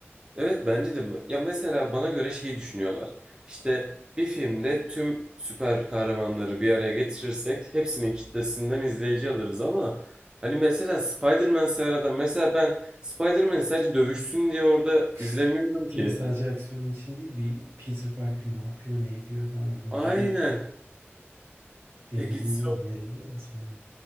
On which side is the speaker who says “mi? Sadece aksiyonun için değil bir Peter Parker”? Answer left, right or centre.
Right